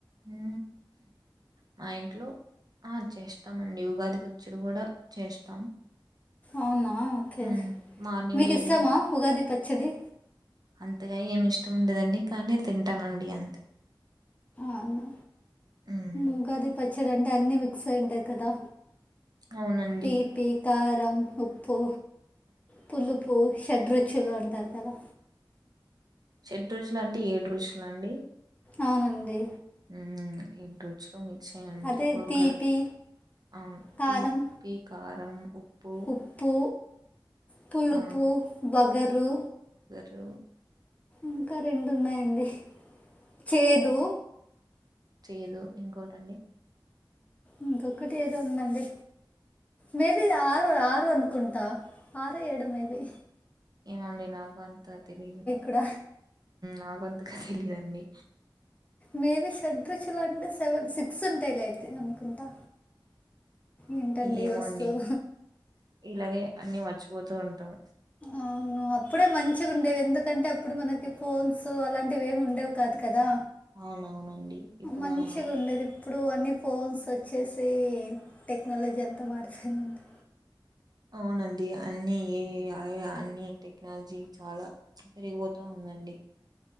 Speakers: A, on the right; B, on the left.
A: ఉ మా ఇంట్లో ఆ చేస్తామండి ఉగాది పచ్చడి కూడా చేస్తాం
B: అవునా ఓకే
A: హ్మ్ మార్నింగే
B: మీకు ఇస్తమా
A: లే
B: ఉగాది పచ్చడి
A: అంతగా ఏమి ఇష్టం ఉండేదండి కానీ తింటానండి అంతే
B: అవునా
A: హ్మ్
B: ఉగాది పచ్చడి అంటే అన్ని మిక్స్ అయ్యి ఉంటాయి కదా
A: అవునండి.
B: తీపి కారం ఉప్పు పులుపు షడ్రుచులు అంటారు కదా
A: షడ్ రోజులు అంటే ఏడు రుచులా అండి
B: అవునండి
A: ఉమ్ ఏంట మిక్స్ అయి ఉంటాయి
B: అదే
A: ఒగరు
B: తీపి
A: అవును
B: కారం
A: తీపి కారం ఉప్పు,
B: ఉప్పు పులుపు
A: ఆ
B: ఒగరు
A: టో
B: ఇంకా రెండు ఉన్నాయండి చేదు
A: చేదు ఇంకోటి అండి
B: ఇంకొకటి ఏదో ఉందండి మేబి ఆరు ఆరు అనుకుంటా ఆరు ఏడు మేబి
A: ఏమో అండి నాకు అంత గా తెలియదు
B: కూడా
A: నాకంతగా తెలీదండి
B: మేబీ షడ్ రుచులు అంటే సెవెన్ సిక్స్ ఉంటాయి లేయితే అనుకుంటా ఏంటండి
A: ఏమోండి
B: ఈ వస్తువు
A: ఇలాగే అన్ని మర్చిపోతూ ఉంటాం
B: ఆ ఆ అప్పుడే మంచిగా ఉండేవి ఎందుకంటే అప్పుడు మనకి ఫోన్స్ అలాంటివి ఏమి ఉండేవి కాదు కదా
A: అవునవునండి ఇప్పుడు
B: మంచిగా
A: ఆ
B: ఉండేది ఇప్పుడు అన్నీ ఫోన్స్ వచ్చేసి టెక్నాలజీ అంతా మారిపోయిందండి
A: అవునండి అన్నిఏ అన్నిటెక్నాలజీ చాలా పెరిగిపోతూ ఉందండి